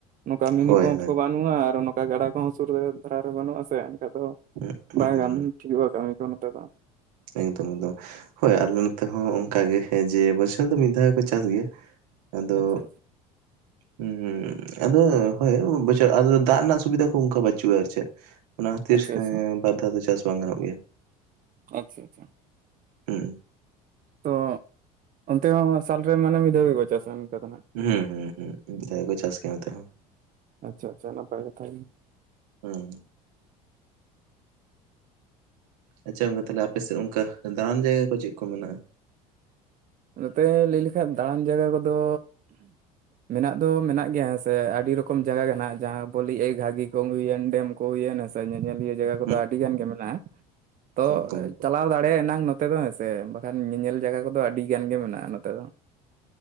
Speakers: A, on the right (about 45°); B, on the right (about 75°).
A: ᱱᱚᱝᱠᱟ ᱢᱤᱱᱤ
B: ᱦᱳᱭ
A: ᱯᱟᱢᱯ
B: ᱦᱳᱭ
A: ᱠᱚ ᱵᱟᱝᱼᱼ ᱵᱟᱹᱱᱩᱜᱼᱟ ᱟᱨ ᱱᱚᱝᱠᱟ ᱜᱟᱰᱟ ᱠᱚᱦᱚᱸ ᱥᱩᱨ ᱫᱷᱟᱨᱟ ᱨᱮ ᱵᱟᱹᱱᱩᱜᱼᱟ ᱥᱮ ᱮᱱᱠᱷᱟ ᱫᱚ
B: ᱦᱩᱸ ᱦᱩᱸ
A: ᱵᱟᱭ
B: ᱦᱩᱸ
A: ᱜᱟᱱᱼᱼ ᱴᱷᱤᱠ ᱠᱟᱹᱢᱤ ᱠᱚ ᱱᱚᱛᱮ ᱫᱚᱼᱼ
B: ᱮᱠᱫᱚᱢᱼ ᱮᱠᱫᱚᱢ ᱦᱳᱭ ᱟᱞᱮ ᱱᱚᱛᱮ ᱦᱚᱸ ᱚᱱᱠᱟᱜ ᱜᱮ ᱡᱮ ᱵᱚᱪᱷᱚᱨ ᱫᱚ ᱢᱤᱫ ᱫᱷᱟᱣ ᱜᱮᱠᱚ ᱪᱟᱥ ᱜᱮᱭᱟ᱾ ᱟᱫᱚᱼᱼ
A: ᱟᱪᱪᱷᱟ
B: ᱦᱩᱸ ᱟᱫᱚ ᱦᱳᱭ ᱵᱪᱷᱚᱨ ᱫᱟᱜ ᱨᱮᱱᱟᱜ ᱥᱩᱵᱤᱫᱷᱟ ᱠᱚ ᱚᱱᱠᱟ ᱵᱟᱹᱪᱩᱜᱼᱟ ᱟᱨ ᱪᱮᱫ? ᱚᱱᱟ ᱠᱷᱟᱹᱛᱤᱨ
A: ᱟᱪᱪᱷᱟ ᱟᱪᱪᱷᱟ ᱟᱪᱪᱷᱟ
B: ᱵᱟᱨ ᱫᱷᱟᱣ ᱫᱚ ᱪᱟᱥ ᱵᱟᱝ ᱜᱟᱱᱚᱜ ᱜᱮᱭᱟ᱾
A: ᱟᱪᱪᱷᱟ ᱟᱪᱪᱷᱟᱼᱼ
B: ᱦᱩᱸ
A: ᱛᱚ ᱚᱱᱛᱮ ᱦᱚᱸ ᱥᱟᱞᱨᱮ ᱢᱟᱱᱮ ᱢᱤᱫ ᱫᱷᱷᱟᱣ ᱜᱮᱠᱚ ᱪᱟᱥᱟ ᱚᱱᱠᱟ ᱫᱚ ᱱᱟᱦᱟᱜᱼᱼ
B: ᱦᱩᱸ ᱦᱩᱸ ᱦᱩᱸ ᱚᱱᱠᱟ ᱜᱮᱠᱚ ᱪᱟᱥ ᱜᱮᱭᱟ ᱱᱚᱛᱮ ᱦᱚᱸᱼᱼ
A: ᱟᱪᱪᱷᱟ ᱟᱪᱪᱷᱟ ᱱᱟᱯᱟᱭ ᱜᱮ ᱛᱟᱦᱞᱮ᱾
B: ᱦᱩᱸ ᱟᱪᱪᱷᱟ ᱜᱚᱢᱠᱮ ᱛᱟᱞᱮ ᱟᱯᱼᱼ ᱥᱮᱜ ᱚᱱᱠᱟ ᱫᱟᱬᱟᱱ ᱡᱟᱭᱜᱟ ᱠᱚ ᱪᱮᱫ ᱠᱚ ᱢᱮᱱᱟᱜᱼᱟ?
A: ᱱᱚᱛᱮ ᱞᱟᱹᱭ ᱞᱮᱠᱷᱟᱡ ᱫᱟᱬᱟᱱ ᱡᱟᱭᱜᱟ ᱠᱚᱫᱚᱼᱼ ᱢᱮᱱᱟᱜ ᱫᱚ ᱢᱮᱱᱟᱜ ᱜᱮᱭᱟ ᱦᱮᱸ ᱥᱮ ᱟᱹᱰᱤ ᱨᱚᱠᱚᱢ ᱡᱟᱭᱜᱟ ᱠᱟᱱᱟ ᱡᱟᱦᱟᱸ ᱵᱚ ᱞᱟᱹᱭ ᱮᱜᱼᱟ ᱜᱷᱟᱜᱤ ᱠᱚ ᱜᱩᱭᱮᱱ ᱰᱮᱢᱼᱼ ᱦᱩᱭᱮᱱ ᱦᱮᱸᱥᱮ ᱧᱮᱧᱮᱞᱤᱭᱟᱹ ᱡᱟᱭᱜᱟ ᱠᱚᱫᱚ
B: ᱦᱩᱸ
A: ᱟᱹᱰᱤ ᱜᱟᱱ ᱜᱮ ᱢᱮᱱᱟᱜᱼᱟ᱾
B: <inaudible>
A: ᱛᱚ
B: ᱮᱠᱫᱚᱢ
A: ᱪᱟᱞᱟᱣ ᱫᱟᱲᱮᱭᱟᱜ ᱮᱱᱟᱝ ᱱᱚᱛᱮ ᱫᱚ ᱦᱮᱸᱥᱮ ᱵᱟᱠᱷᱟᱱ ᱧᱮᱧᱮᱞ ᱡᱟᱭᱜᱟ ᱠᱚᱫᱚ ᱟᱹᱰᱤ ᱜᱟᱱ ᱜᱮ ᱢᱮᱱᱟᱜᱼᱟ ᱱᱚᱛᱮ ᱫᱚ᱾